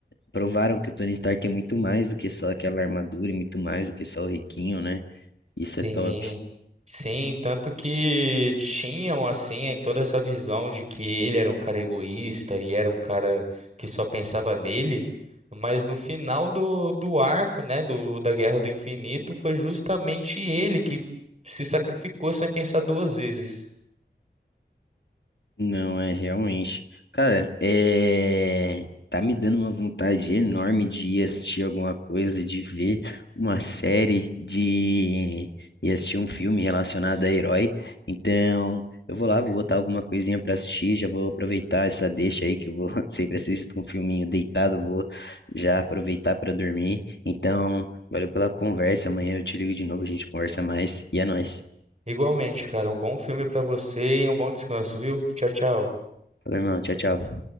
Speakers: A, on the left (about 75°); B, on the right (about 35°).
A: provaram que o Tony Stark é muito mais do que só aquela armadura e muito mais do que só o riquinho, né? Isso é
B: Sim.
A: top.
B: Sim, tanto que tinham assim em toda essa visão de que ele era um cara egoísta e era um cara que só pensava nele, mas no final do, do arco, né, do, da Guerra do Infinito, foi justamente ele que se sacrificou sem pensar duas vezes.
A: Não, é realmente. Cara, é. Tá me dando uma vontade enorme de ir assistir alguma coisa, de ver uma série, de ir assistir um filme relacionado a herói. Então, eu vou lá, vou botar alguma coisinha pra assistir, já vou aproveitar essa deixa aí que eu vou <laughs> sempre assisto um filminho deitado, vou já aproveitar pra dormir. Então, valeu pela conversa. Amanhã eu te ligo de novo, a gente conversa mais. E é nóis.
B: Igualmente, cara, um bom filme pra você e um bom descanso, viu? Tchau, tchau.
A: Falou, irmão. Tchau, tchau.